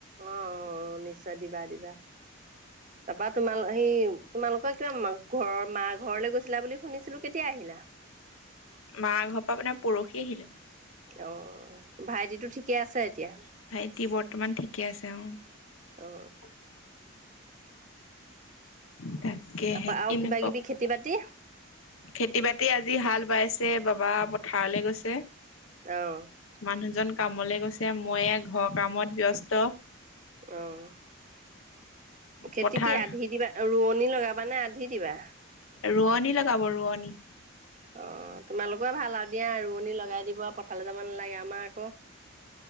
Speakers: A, on the right; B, on the left.
A: অঁ নিশ্চয় দিবা দিবা। তাৰপৰা তোমাল সি তোমালোকৰ কিবা ঘৰৰ মা ঘৰলৈ গৈছিলা বুলি শুনিছিলো কেতিয়া আহি <unintelligible>
B: মা ঘৰ পৰা মানে পৰহি আহিলো।
A: অঁ ভাইটিতো ঠিকে আছে? এতিয়া
B: ভাইটি বৰ্তমান ঠিকে আছে অঁ
A: অ
B: তাকে
A: তাৰপা
B: সেই
A: আৰু
B: কিনে
A: কিবা কিবি খেতি বাতি
B: খেতি বাতি আজি হাল বাইছে বাবা পথাৰলৈ গৈছে
A: অহঁ।
B: মানুহজন কামলৈ গৈছে মই ঘৰৰ কামত ব্যস্ত
A: অঃ খেতি
B: পথাৰ
A: কি আধি দিবা, ৰোৱনি লগাব বা মানে আধি দিবা?
B: ৰোৱনী লগাব ৰোৱনীৰ।
A: অ তোমালোকৰে ভাল আৰু দিয়া ৰোৱনী লগাই দিব পথাৰলে যাব নালাগে আমাৰ আকৌ